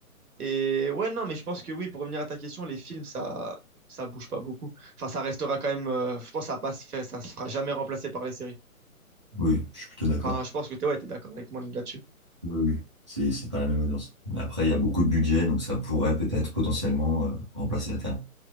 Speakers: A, on the right; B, on the right.
A: Et ouais, non, mais je pense que oui, pour revenir à ta question, les films, ça, ça bouge pas beaucoup. Enfin, ça restera quand même. euh, je pense que ça passe fait, ça se fera jamais remplacer par les séries.
B: Oui, je suis plutôt d'accord.
A: Enfin, je pense que t'es ouais, t'es d'accord avec moi là-dessus.
B: Oui, oui. C'est, c'est pas la même audience. Mais Après, il y a beaucoup de budget, donc ça pourrait peut-être potentiellement euh, remplacer à terme.